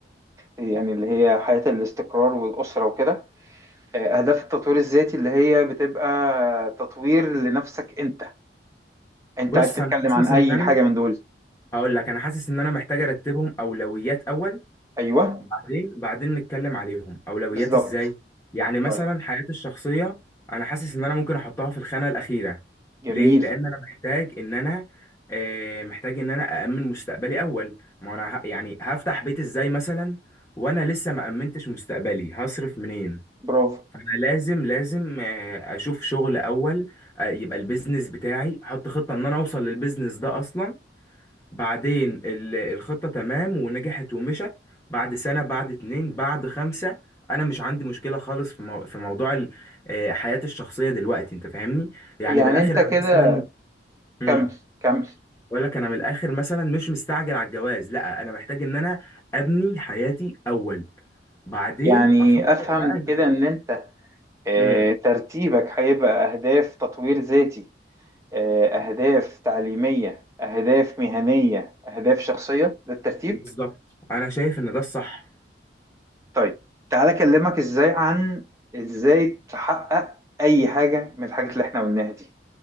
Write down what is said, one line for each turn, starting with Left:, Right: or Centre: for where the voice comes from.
Right: يعني اللي هي حياة الاستقرار والأسرة وكده آه، أهداف التطوير الذاتي اللي هي بتبقى تطوير لنفسك انت انت
Left: بص
Right: عايز تتكلم
Left: انا حاسس
Right: عن أي
Left: ان انا
Right: حاجة من دول
Left: هقول لك انا حاسس ان انا محتاج ارتبهم اولويات اول
Right: أيوه
Left: بعدين بعدين نتكلم عليهم اولويات
Right: بالظبط
Left: ازاي يعني مثلا
Right: طيب
Left: حياتي الشخصيه انا حاسس ان انا ممكن احطها في الخانه الاخيره
Right: جميل
Left: ليه لان انا محتاج ان انا آه، محتاج ان انا امن مستقبلي اول ما انا ه- يعني هفتح بيت ازاي مثلا وانا لسه ما امنتش مستقبلي هصرف منين
Right: برافو
Left: فانا لازم لازم آه، اشوف شغل اول آه، يبقى البيزنس بتاعي احط خطه ان انا اوصل للبيزنس ده اصلا بعدين ال- الخطة تمام ونجحت ومشت بعد سنة بعد اتنين بعد خمسة أنا مش عندي مشكلة خالص في مو... في موضوع ال- آه، حياتي الشخصية دلوقتي أنت فاهمني؟ يعني
Right: يعني
Left: من الآخر
Right: انت
Left: أنا
Right: كده
Left: مثلا امم
Right: كمل كمل
Left: بقول لك أنا من الآخر مثلا مش مستعجل على الجواز لا أنا محتاج إن أنا أبني حياتي أول بعدين
Right: يعني
Left: أفكر
Right: أفهم
Left: بقى
Right: كده
Left: إز-
Right: ان انت آه،
Left: امم
Right: ترتيبك هيبقى أهداف تطوير ذاتي آه، أهداف تعليمية أهداف مهنية أهداف شخصية ده الترتيب
Left: بالظبط أنا شايف إن ده الصح
Right: طيب تعالى أكلمك إزاي عن إزاي تحقق أي حاجة من الحاجات اللي إحنا قلناها دي